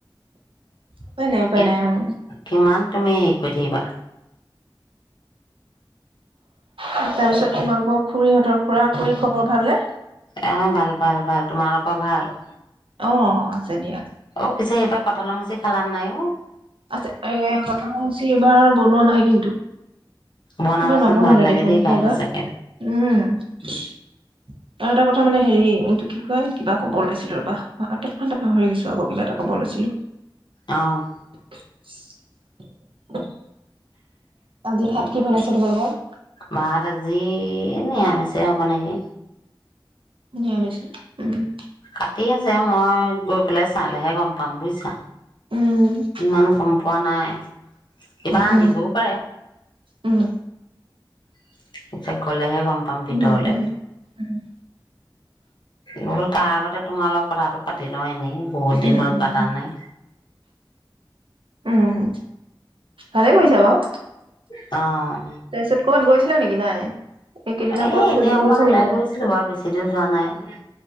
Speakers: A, on the right; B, on the left.
A: উপায় নাই উপায়
B: এ
A: নাই উম
B: কিমান? তুমি কৰি থাকিবা।
A: তাৰ পিছত তোমালোকৰ খুৰীহঁতৰ খুৰা, খুৰীৰ খবৰ ভাল নে?
B: এহ ভাল, ভাল, ভাল, তোমালোকৰ ভাল?
A: অ', আছে দিয়া।
B: অ পিছে এইবাৰ কঁঠালৰ মুচি খালা নে নাই অ'?
A: আছে এ' কঠাঁলৰ মুচি এইবাৰ বনোৱা নাই কিন্তু।
B: বনাবাচোন
A: এইবাৰ নবনালে
B: ভাল লাগে
A: দেখোন
B: দেই খাই
A: কিয়
B: সঁচাকে।
A: বা, উম। আৰু এটা কথা মানে হেৰি এইটো কি কয় কিবা ক'ব লৈছিলো ৰ'বা, তৎক্ষণাতে পাহৰি গৈছো আকৌ কিবা এটা ক'ব লৈছিলো।
B: অ'।
A: <inaudible> আজি ভাত কি বনাইছে তোমালোকৰ?
B: ভাত আজি নিৰামিচে হ'ব নেকি।
A: নিৰামিচ ন', উম।
B: কাটি আছে মই গৈ পেলাই চালেহে গম পাম বুজিছা,
A: উম
B: ইমান গম পোৱা নাই। কিবা আনিবও
A: উম
B: পাৰে।
A: উম।
B: <unintelligible> গ'লেহে গম পাম ভিতৰলে।
A: উম উম উম
B: বোলো তাৰ আগতে তোমাৰ লগত কথাটো পাতি লওঁ এনেই। বহুত
A: উম
B: দিন হ'ল
A: উম
B: পাতা
A: উম
B: নাই।
A: উম। ভালেই কৰিছা বাওঁ।
B: অ
A: তাৰ পিছত ক'বাত গৈছিলা নেকি নাই? এইকেইদিনত
B: এ
A: ক'ৰবাত ফুৰিবলৈ
B: এনেই অকমান
A: গৈছা
B: ওলাই
A: নেকি নাই
B: গৈছিলো বাৰু বেছি দিন যোৱা নাই